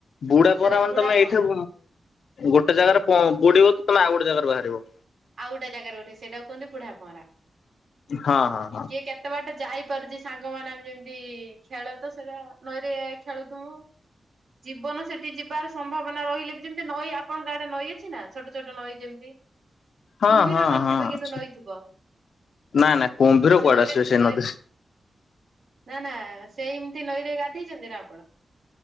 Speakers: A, on the left; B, on the right.
A: ବୁଢା
B: ସେଇଟା
A: ପହଁରା ମାନେ
B: ବୁଢା
A: ତମେ
B: ପହଁରା।
A: ଏଇଠି ଗୋଟେ ଜାଗାରେ ବୁଡିବ ତ ତମେ ଆଉ ଗୋଟେ ଜାଗାରୁ ବାହାରିବ।
B: ଆଉ ଗୋଟେ ଜାଗାରେ ଉଠେ ସେଇଟା କୁହନ୍ତି ବୁଢାପହଁରା।
A: ହଁ ହଁ ହଁ।
B: କିଏ କେତେ ବାଟେ ଯାଇପାରୁଛି ସାଙ୍ଗମାନେ ଆମେ ଯେମିତି ଖେଳ ତ ସେଇଟା ନଈରେ ଖେଳୁଥିବୁ। ଜୀବନ ସେଠି ଯିବାର ସମ୍ଭାବନା ରହିଲେ ବି ଯେମିତି ନଈ ଆପଣଙ୍କ ଆଡେ ନଈ ଅଛି ନା ଛୋଟ ଛୋଟ ନଈ ଯେମିତି।
A: ହଁ
B: କୁମ୍ଭୀର
A: ହଁ
B: ନଥିବେ
A: ହଁ
B: କିନ୍ତୁ
A: ଅଛି
B: ନଈଥିବ
A: ନାଁ ନାଁ କୁମ୍ଭୀର
B: ସେ
A: କୁଆଡେ
B: ନଈରେ
A: ଆସିବେ ସେଇ
B: ନଈ
A: ନଦୀରେ।
B: ନା ନା ସେ ଏମିତି ନଈରେ ଗାଧେଇଛନ୍ତି ନା ଆପଣ?